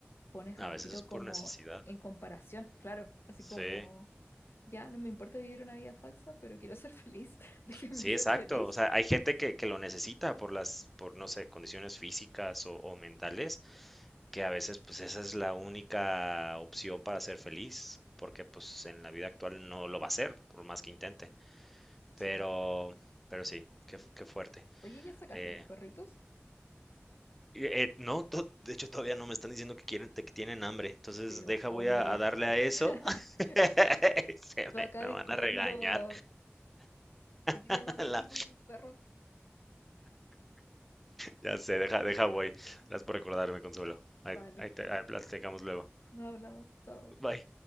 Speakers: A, on the left; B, in the centre.
A: pones
B: A
A: al
B: veces
A: tiro
B: es por
A: como
B: necesidad.
A: en comparación, claro, así
B: Sí,
A: como, ya no me importa vivir una vida falsa, pero quiero ser feliz, <laughs> déjenme
B: sí,
A: ser
B: exacto.
A: feliz.
B: O sea, hay gente que, que lo necesita por las, por no sé, condiciones físicas o, o mentales, que a veces pues esa es la única opción para ser feliz, porque pues en la vida actual no lo va a ser, por más que intente. Pero,
A: Sí.
B: pero sí, qué, fu- qué fuerte.
A: Oye, ya sacaste
B: Eh,
A: a tus perritos,
B: Eh, no, to- de hecho todavía no me están diciendo que quieren, que tienen hambre. Entonces,
A: pero
B: deja,
A: hombre,
B: voy a, a darle a eso.
A: <laughs>
B: <laughs> Se
A: tú
B: me,
A: acá
B: me
A: discutiendo
B: van a regañar.
A: dilemas
B: <laughs>
A: éticos
B: La-
A: y tus perros,
B: ya sé, deja, deja, voy. Gracias por recordarme, Consuelo.
A: vale,
B: Ahí, ahí te- ahí platicamos luego.
A: no hablamos, chao.
B: Bye.